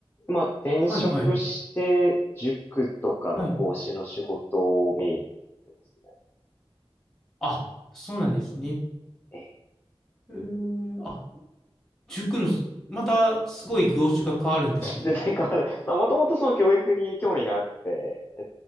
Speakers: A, on the left; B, in the centre.
A: まあ転職して、
B: はい、はい。
A: 塾とかの講師の仕事をメインでやってますね。
B: はい。あ、そうなんですね。
A: ええ。
B: うーん、あ塾のまたすごい業種が変わるんですね。
A: 全然変わらない。まあもともとその教育に興味があって、や